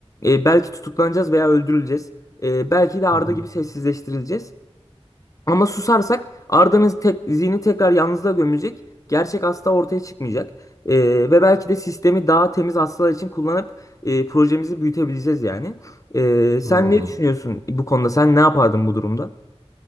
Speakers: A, on the left; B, on the right.
A: E, belki tutuklanacağız veya öldürüleceğiz. E, belki de Arda
B: Hı hı.
A: gibi sessizleştirileceğiz. Ama susarsak Arda'nın tek, zihni tekrar yalnızlığa gömülecek. Gerçek hasta ortaya çıkmayacak. Ee, ve belki de sistemi daha temiz hastalar için kullanıp e, projemizi büyütebileceğiz yani. Ee, sen
B: Hı.
A: ne düşünüyorsun bu konuda? Sen ne yapardın bu durumda?